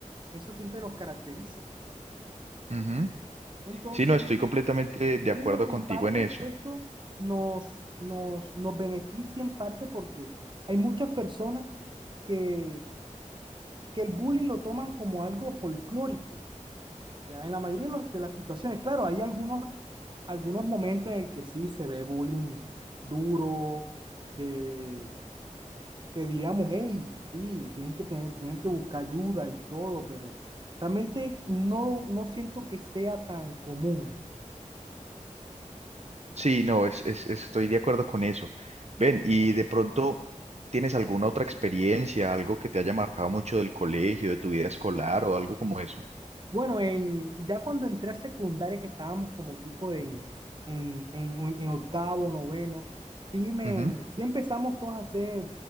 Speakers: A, on the right (about 35°); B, on the right (about 55°).
A: Eso siempre nos caracteriza.
B: Ujú.
A: Entonces,
B: Sí, no, estoy
A: yo, yo
B: completamente de
A: diría
B: acuerdo
A: que
B: contigo
A: en parte
B: en eso.
A: eso nos, nos, nos beneficia en parte porque hay muchas personas que, que el bullying lo toman como algo folclórico, ya en la mayoría de, los- de las situaciones. Claro, hay algunos, algunos momentos en el que sí se ve bullying duro, que, que diríamos, hey, sí, tienen que tener, tienen que buscar ayuda y todo, pero realmente no, no siento que sea tan común.
B: Sí, no, es, es- estoy de acuerdo con eso. Ven, y de pronto, ¿tienes alguna otra experiencia, algo que te haya marcado mucho del colegio, de tu vida escolar o algo como eso?
A: Bueno, en, ya cuando entré a secundaria, que estábamos como tipo de, en, en, en octavo, noveno, sí, me,
B: Ujú,
A: sí empezamos todos a hacer